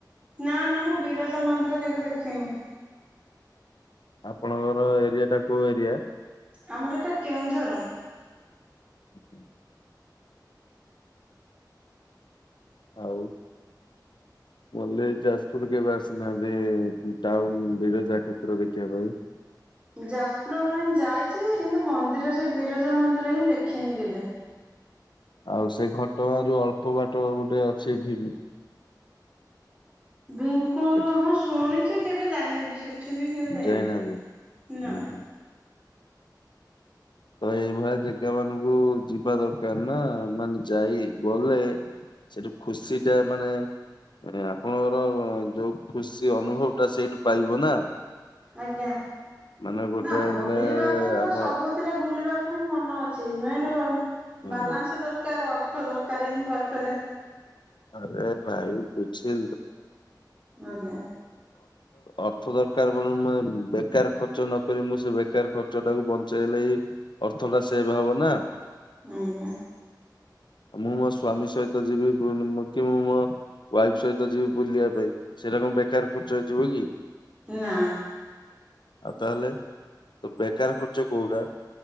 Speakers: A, on the right; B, on the left.
A: ନା ନା ମୁଁ ବିରଜା ମନ୍ଦିର କେବେ ଦେଖିନି।
B: ଆପଣଙ୍କର ଏରିଆ ଟା କୋଉ ଏରିଆ?
A: ଆମର ଏଟା କେଉଁଝର।
B: <inaudible> ଆଉ ବ ଯାଜପୁର କେବେ ଆସୁନାହାନ୍ତି ଟାଉନ ବିରଜା କ୍ଷେତ୍ର ଦଖିବା ପାଈଁ।
A: ଯାଜପୁର ର ହିଁ ଯାଇଛି କିନ୍ତୁ ମନ୍ଦିର ସେ ବିରଜା ମନ୍ଦିର ହିଁ ଦେଖିନି କେବେ।
B: ଆଉ ସେ ଘଟଗାଁ ରୁ ଅଳ୍ପ ବାଟ ଗୋଟେ ଅଛି <unintelligible>
A: ଭୀମକୁଣ୍ଡ
B: ସେଠି
A: ହଁ ଶୁଣିଛି କେବେ ଯାଇନି ବି ସେଠ ଏଠିବି କେବେ ଯାଇନି
B: ଯାଇନାହାନ୍ତି।
A: । ନା
B: ହୁଁ ହୁଁ। ତ ଏଇଭଳିଆ ଜାଗା ମାନଙ୍କୁ ଯିବା ଦରକାର ନା ମାନେ ଯାଇ ଗଲେ ସେଠୁ ଖୁସି ଟା ମାନେ ଆପଣଙ୍କର ଯୋଉ ଖୁସି ଅନୁଭବ ଟା ସେଇଠୁ ପାଇବ ନା।
A: ଆଜ୍ଞା
B: ମାନେ ଗୋଟେ
A: ନା
B: ହେଲେ
A: ବୁଲିବାକୁ ତ
B: ଆମ
A: ସବୁଥିରେ ବୁଲିବାକୁ ହିଁ ମନ ଅଛି ମେନ୍
B: ହୁଁ
A: ବାଲାନ୍ସ ଦରକାର ଅ ଦରକାର ହିଁ ପାଖରେ।
B: ଆରେ ଭାଇ <unintelligible> ଅର୍ଥ
A: ଆଜ୍ଞା
B: ଅର୍ଥ ଦରକାର ମାନ ମାନେ ବେକାର ଖର୍ଚ୍ଚ ନ କରି ମୁଁ ସେ ବେକାର ଖର୍ଚ୍ଚ ଟାକୁ ବଞ୍ଚେଇଲେ ଅର୍ଥ ଟା ସେବ ହବ ନା।
A: ଆଜ୍ଞା।
B: ମୁଁ ମୋ ସ୍ଵାମୀ ସହିତ ଯିବି। କି ମୁଁ ମୋ ୱାଇଫ ସହିତ ଯିବି ବୁଲିବା ପାଇଁ ସେଇଟା କଣ ବେକାର ଖର୍ଚ୍ଚ ହେଇଯିବ କି?
A: ନା।
B: ଆଉ ତାହଲେ ତ ବେକାର ଖର୍ଚ୍ଚ କଉରା?